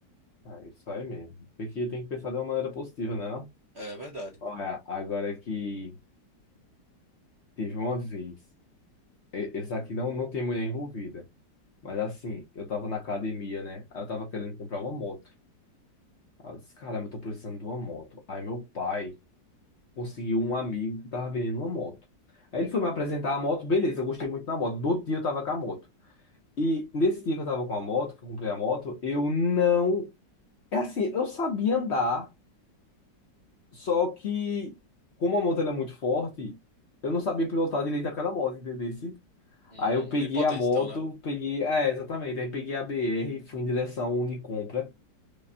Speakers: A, on the left; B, on the right.
A: é isso aí mesmo. Tem que, tem que pensar de uma maneira positiva, né, não?
B: É verdade.
A: Olha, agora que teve uma vez. e- Esse aqui não, não tem mulher envolvida. Mas assim, eu tava na academia, né? Aí eu tava querendo comprar uma moto. Aí eu disse, caramba, eu tô precisando de uma moto. Aí meu pai. conseguiu um amigo que tava vendendo uma moto. Aí ele foi me apresentar a moto, beleza, eu gostei muito da moto. Do outro dia eu tava com a moto. E nesse dia que eu tava com a moto, que eu comprei a moto, eu não. É assim, eu sabia andar, só que como a moto ela é muito forte, eu não sabia pilotar direito aquela moto, entendeu?
B: Hum,
A: Aí eu peguei
B: bem potente
A: a moto,
B: então, né?
A: peguei. É, exatamente. Aí peguei a BR, fui em direção ao Unicompra.